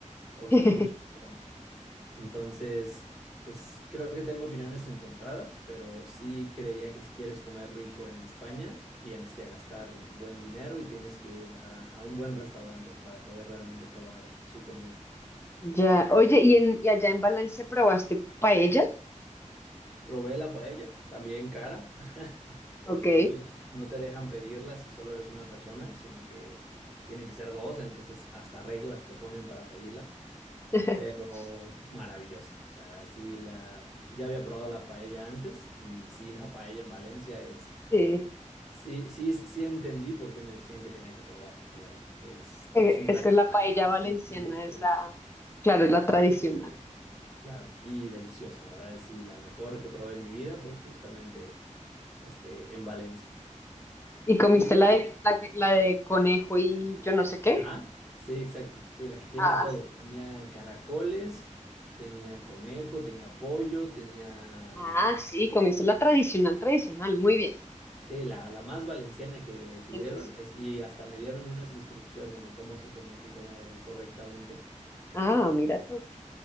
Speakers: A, in the centre; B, on the left.
A: o sin
B: <laughs>
A: mucho sabor. Entonces, pues creo que tengo opiniones encontradas, pero sí creería que si quieres comer rico en España, tienes que gastar buen dinero y tienes que ir a, a un buen restaurante para poder realmente probar su comida.
B: Ya, oye, ¿y, en, y allá en Valencia probaste paella?
A: Probé la paella, también cara, <laughs> porque
B: Ok.
A: incluso no no te dejan pedirla si solo eres una persona, sino que tienen que ser dos, entonces hasta reglas te ponen para pedirla.
B: <laughs>
A: pero maravillosa. O sea, sí la, ya había probado la paella antes y sí, la paella en Valencia es,
B: Sí.
A: sí, sí, sí entendí por qué me decían que tenía que probarla ahí. Es,
B: Eh,
A: es un platillo,
B: Es que la paella valenciana
A: <laughs>
B: es la, claro, es la tradicional.
A: claro, y deliciosa. La verdad es sí, la mejor que probé en mi vida fue justamente este, en Valencia.
B: ¿Y comiste
A: Y luego,
B: la de, la, que- la de conejo y yo no sé qué?
A: ajá, sí, exacto, sí, la que tiene
B: Ah,
A: todo.
B: sí.
A: Tenía caracoles, tenía conejo, tenía pollo, tenía...
B: Ah,
A: mm,
B: sí, comiste la tradicional, tradicional. Muy bien.
A: Sí, la, la más valenciana que tuvieron
B: Sí, sí, sí.
A: es, y hasta me dieron unas instrucciones de cómo se tenía que comer correctamente.
B: Ah,
A: Y,
B: mira tú.